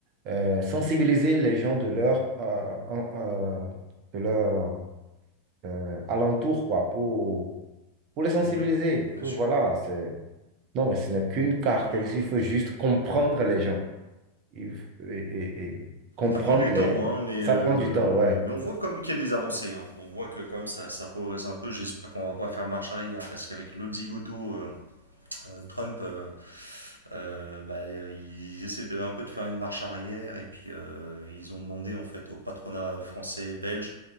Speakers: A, on the right; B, on the right.
A: euh, sensibiliser les gens de leur, euh, en- euh, de leur euh, alentour, quoi, pour, pour les sensibiliser.
B: mhm, bien
A: Que
B: sûr.
A: Voilà, c'est... Non, mais ce n'est qu'une caractéristique,
B: Ouais, ouais,
A: il
B: ouais.
A: faut juste comprendre les gens il f- et, et- et comprendre
B: Ça prend du
A: les...
B: temps, hein, mais,
A: Ça
B: euh,
A: prend du temps, ouais.
B: mais on voit quand même qu'il y a des avancées. hein. On voit que comme ça, ça progresse un peu. J'espère qu'on va pas faire marche arrière, parce qu'avec l'autre zigoto, euh, euh, Trump, euh, euh, bah, euh, ils essaient de, un peu de faire une marche arrière, et puis euh, ils ont demandé en fait au patronat français et belge